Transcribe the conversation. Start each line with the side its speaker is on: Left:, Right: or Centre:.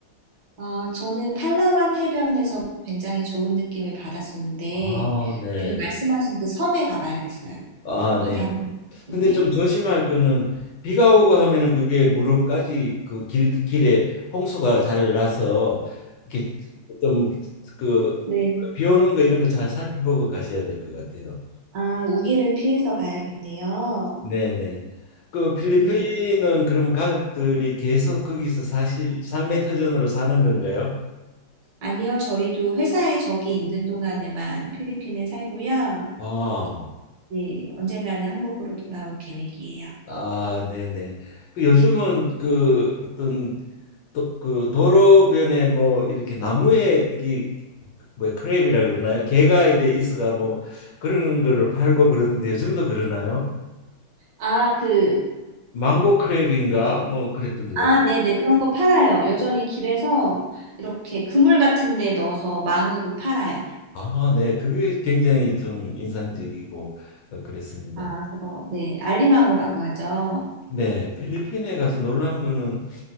Right: 아, 저는 팔라완 해변에서 굉장히 좋은 느낌을 받았었는데,
Left: 아, 네.
Right: 지금 말씀하신 그 섬에 가봐야겠어요.
Left: 아, 네.
Right: 또 다른 느낌이네요.
Left: 근데 좀 조심할 거는 비가 오고 하면은 그게 무릎까지 그 길 길에 홍수가 잘 나서 이렇게 좀그비
Right: 네.
Left: 오는 거 이런 거 잘 살펴보고 가셔야 될 것 같아요.
Right: 아, 우기를 피해서 가야겠네요.
Left: 네네. 그 필리핀은
Right: 네.
Left: 그러면 가족들이 계속 거기서 사실 삶의 터전으로 사는 건가요?
Right: 아니요, 저희도 회사에 적이 있는 동안에만 필리핀에 살고요.
Left: 아,
Right: 네, 언젠가는 한국으로 돌아올 계획이에요.
Left: 아, 네네. 그 요즘은 그 어떤 도, 그 도로변에 뭐 이렇게 나무에 이게 뭐 크랩이라 그러나요? 게가 이래 있어가 뭐 그런 거를 팔고 그러던데 요즘도 그러나요?
Right: 아, 그,
Left: 망고 크랩인가 뭐 그랬던 것
Right: 아,
Left: 같아요.
Right: 네네, 그런 거 팔아요. 여전히 길에서 이렇게 그물 같은 데 넣어서 망으로 팔아요.
Left: 아, 네. 그게 굉장히 좀 인상적이고 어, 그랬습니다.
Right: 아, 그거, 네, 알리망우라고 하죠.
Left: 네, 필리핀에 가서 놀란 거는